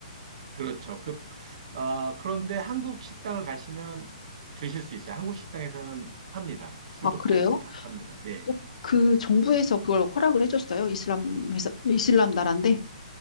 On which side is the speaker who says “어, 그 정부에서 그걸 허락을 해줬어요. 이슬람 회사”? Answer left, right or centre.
Left